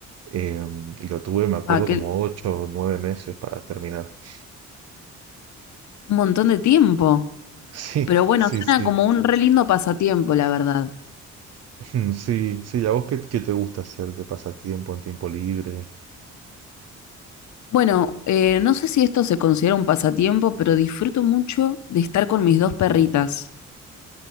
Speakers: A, on the right; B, on the left.
A: Eh, y lo tuve, me acuerdo,
B: Ah, que
A: como 8 o 9 meses para terminar. <laughs>
B: un montón de tiempo.
A: Sí,
B: Pero bueno,
A: sí,
B: suena
A: sí,
B: como un re lindo pasatiempo, la verdad.
A: <laughs> sí, sí. ¿A vos qué, qué te gusta hacer de pasatiempo en tiempo libre?
B: Bueno, eh, no sé si esto se considera un pasatiempo, pero disfruto mucho de estar con mis dos perritas.